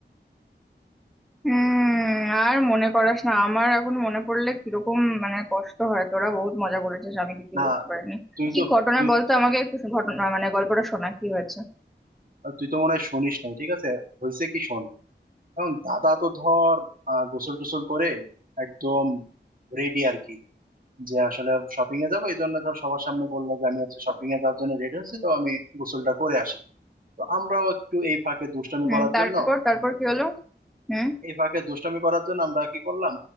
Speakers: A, in the centre; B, on the right.
A: হুম আর মনে করাস না আমার এখন মনে পড়লে কিরকম মানে কষ্ট হয় তোরা বহুত মজা করেছিস আমি কিছুই
B: না
A: করতে পারিনি
B: তুই
A: কি
B: তো
A: ঘটনা
B: তুই
A: বলতো আমাকে একটু ঘটনা মানে গল্পটা শোনা কি হয়েছে
B: তুই তো মনে হয় শুনিস নাই ঠিক আছে হয়েছে কি শোন এখন দাদা তো ধর আহ, গোসল টোসল করে একদম রেডি আর কি যে আসলে শপিং এ যাবো এই জন্য ধর সবার সামনে বললো যে আমি হচ্ছে শপিং এ যাওয়ার জন্য রেডি হচ্ছি তো আমি গোসলটা করে আসি তো আমরাও একটু এই ফাঁকে দুষ্টামি
A: হুম
B: করার
A: তারপর
B: জন্য
A: তারপর কি হলো হুম
B: এই ফাঁকে দুষ্টামি করার জন্য আমরা কি করলাম